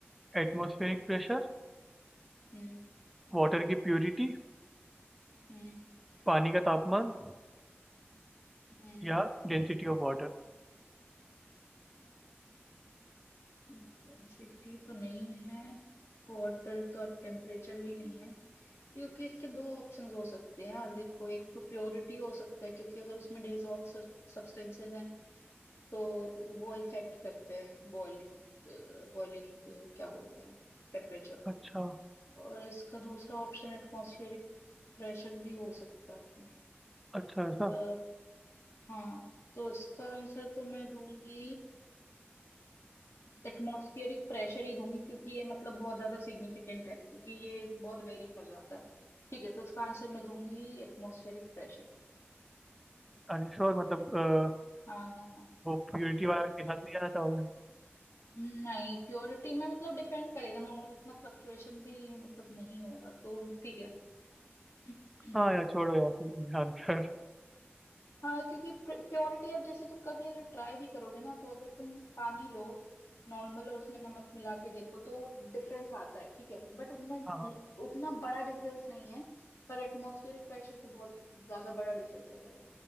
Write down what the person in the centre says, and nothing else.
एटमॉस्फेरिक प्रेशर
वाटर की प्योरिटी
पानी का तापमान
या डेंसिटी ऑफ वाटर
अच्छा
अच्छा ऐसा
अरे श्योर मतलब अ,
वो प्योरिटी वाला के साथ नहीं जाना चाहोगे
हाँ यार छोड़ो यार सही है आंसर
हाँ हाँ